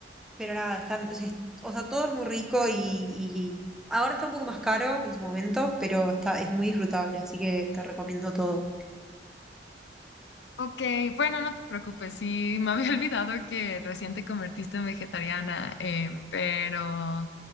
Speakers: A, in the centre; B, on the left.
A: pero nada, están, o sea, es- o sea, todo es muy rico y, y ahora está un poco más caro que en su momento, pero está, es muy disfrutable, así que te recomiendo todo.
B: Ok, bueno, no te preocupes, sí, me había <laughs> olvidado que recién te convertiste en vegetariana, eh, pero